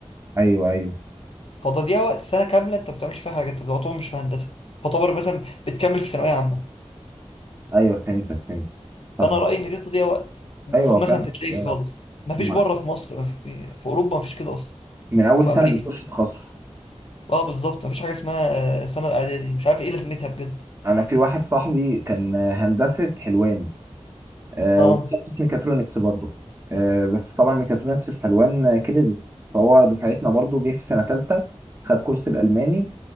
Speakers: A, on the right; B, on the left.
A: ايوه ايوه
B: فتضييع وقت سنه كامله انت ما بتعملش فيها حاجه انت تعتبر مش في هندسه تعتبر مثلا بتكمل في ثانويه عامه
A: ايوه فهمتك فهمتك طب
B: فانا رايي ان دي تضييع وقت المفروض
A: ايوه
B: مثلا
A: فعلا
B: تتلغي
A: أيوة.
B: خالص ما فيش
A: ما-
B: بره في مصر ما في, في اوروبا ما فيش كده اصلا
A: من اول
B: وفي
A: سنه
B: امريكا
A: بتخش تخصص
B: اه بالظبط ما فيش حاجه اسمها آه، سنه اعدادي مش عارف ايه لازمتها بجد
A: انا في واحد صاحبي كان هندسه حلوان آه
B: اه
A: وتخصص ميكاترونكس برضه آه بس طبعا ميكاترونكس في حلوان كريدت فهو دفعتنا برضه جه في سنة تالتة خد كورس الألماني